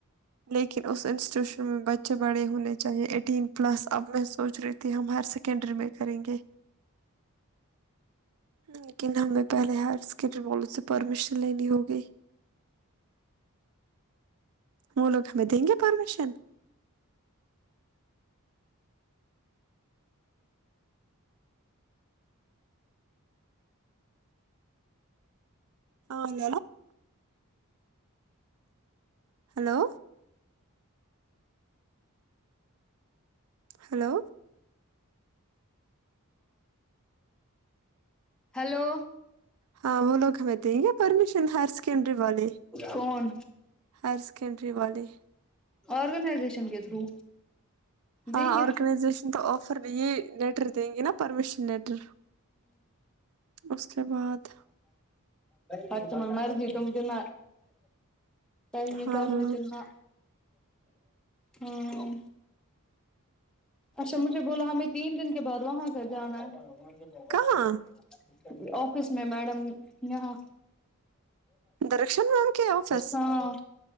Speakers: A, on the right (about 75°); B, in the centre.
A: لیکن اس انسٹیٹیوشن میں بچے بڑے ہونے چاہیے ایٹین پلس اب میں سوچ رہی تھی ہم ہر س سکنڈری میں کریں گے لیکن ہمیں پہلے ہر سکنڈری والوں سے پرمیشن لینی ہوگی وہ لوگ ہمیں دیں گے پرمیشن ہاں ن ہلو ہلو
B: ہلو
A: ہاں وہ لوگ ہمیں دیں گے پرمیشن ہائر سیکنڈری والے
B: کون
A: ہ سکنڈری والی
B: آرگنائزیشن کے تھرو
A: ہاں
B: دیں گے
A: آرگنائزیشن تو آفر یہ لیٹر دیں گے نا پرمیشن لیٹر اس کے بعد
B: پچ م مرد تم د ن کہ نہیں
A: ہاں
B: کرم چ نہ ہ اچھا مجھے بولا ہمیں تین دن کے بعد وہاں کا جانا ہے بگان
A: کہاں
B: پہ جی اوکے کس میں میڈم یہاں
A: درخشن میم کے آفس
B: ہاں